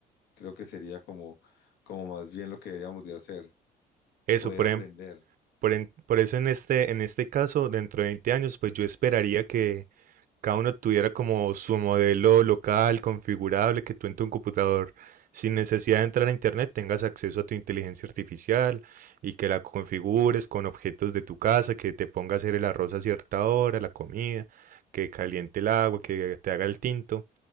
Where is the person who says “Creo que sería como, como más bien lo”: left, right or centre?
Left